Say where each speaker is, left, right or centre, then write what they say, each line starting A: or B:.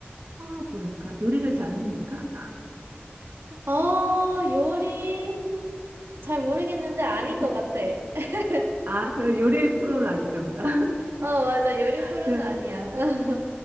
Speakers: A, on the right; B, on the right.
A: 아, 뭐랄까? 요리를 잘합니까?
B: 어, 요리? 잘 모르겠는데 아닌
A: <laughs>
B: 것
A: 요-
B: 같아. <laughs>
A: 아, 그럼 요리 프로는 아닌가 보다.
B: 어, 맞아. 요리
A: <laughs>
B: 프로는
A: 그럼
B: 아니야. <laughs>